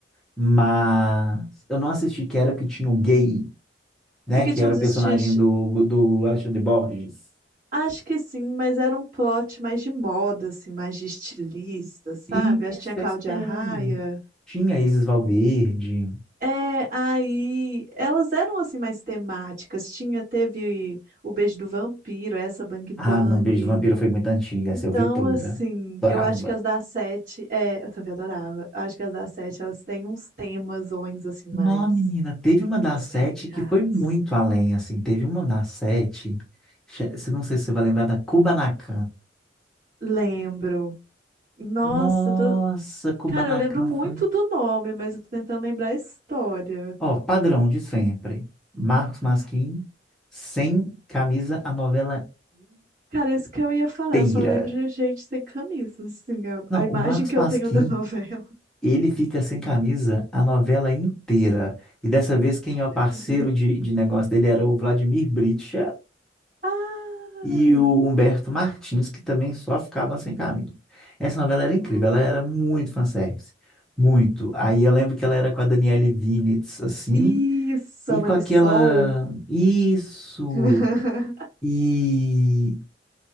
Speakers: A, in the centre; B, on the right.
A: mas eu não assisti que era o que tinha o gay, né?
B: e que
A: Que
B: tinha
A: era
B: uns
A: o
B: estilos.
A: personagem do, do Alexandre Borges.
B: Acho que sim, mas era um plot mais de moda, assim, mais de estilista, sabe?
A: Isso,
B: Acho que tinha a Cláudia
A: esse mesmo.
B: Raia.
A: Tinha Isis Valverde.
B: É, aí elas eram assim mais temáticas. Tinha, teve o Beijo do Vampiro, essa Bang Bang.
A: Ah, não, Beijo do Vampiro foi muito antiga, essa
B: Então,
A: eu vi toda.
B: assim,
A: Adorava.
B: eu acho que as da sete, é, eu também adorava. Eu acho que as da sete, elas têm uns temas ons, assim, mais,
A: Não, menina, teve uma da
B: mais
A: sete
B: caricatos.
A: que foi muito além, assim. Teve uma da sete, che- se- não sei se você vai lembrar da Kubanacan.
B: Lembro. Nossa,
A: Nossa,
B: eu tô...
A: Kubanacan
B: cara, eu lembro muito
A: foi.
B: do nome, mas eu tô tentando lembrar a história.
A: Ó, padrão de sempre. Marcos Pasquim, sem camisa, a novela
B: Cara, isso que eu ia falar,
A: inteira.
B: eu só lembro de gente sem camisa, assim, a,
A: Não,
B: a imagem
A: o Marcos
B: que
A: Pasquim.
B: eu tenho da novela.
A: Ele fica sem camisa a novela inteira. E dessa vez, quem é o parceiro
B: <laughs>
A: de, de negócio dele era o Vladimir Bricha
B: Ah!
A: e o Humberto Martins, que também só ficavam sem camisa. Essa novela era incrível,
B: <laughs>
A: ela era muito fanservice. Muito. Aí eu lembro que ela era com a Daniele Vinitz, assim,
B: Isso,
A: e
B: a Marisol.
A: com aquela. Isso!
B: <laughs>
A: E